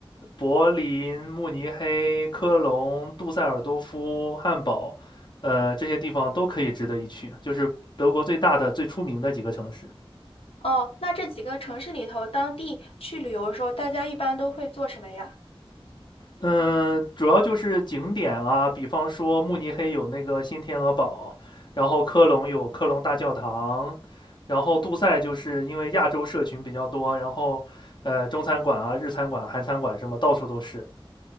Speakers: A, on the left; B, on the left.
A: 柏林、慕尼黑、科隆、杜塞尔多夫、汉堡，呃，这些地方都可以值得一去，就是德国最大的、最出名的几个城市。
B: 哦，那这几个城市里头，当地去旅游的时候，大家一般都会做什么呀？
A: 嗯，主要就是景点啊，比方说慕尼黑有那个新天鹅堡，然后科隆有科隆大教堂，然后杜塞就是因为亚洲社群比较多，然后呃中餐馆啊、日餐馆、韩餐馆什么到处都是。